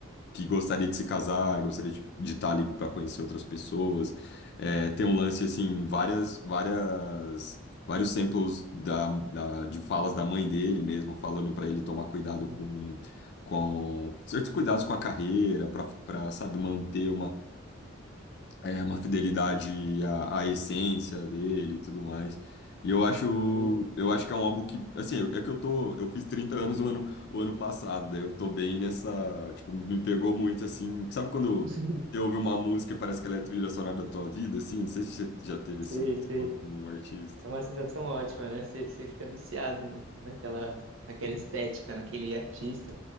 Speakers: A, on the left (about 55°); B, on the right (about 70°).
A: que gostaria de se casar, gostaria de, de estar livre para conhecer outras pessoas. É, tem um lance assim, várias, várias, vários samples da, da- de falas da mãe dele mesmo, falando para ele tomar cuidado
B: Uhum,
A: com, com certos cuidados com a carreira, para, para, sabe, manter é, uma fidelidade à, à essência dele e tudo mais. E eu acho,
B: Sim,
A: eu acho que é um álbum que, assim, é que eu tô, eu fiz 30 anos o ano, o ano passado, daí eu tô bem nessa, tipo, me pegou muito, assim, sabe quando
B: <laughs>
A: você ouve uma música e parece que ela é a trilha sonora da tua vida, assim? Não sei se você já teve
B: sei,
A: esse lance
B: sei.
A: com um artista.
B: É uma sensação ótima, né? Você você fica viciado no- naquela, naquela estética, naquele artista.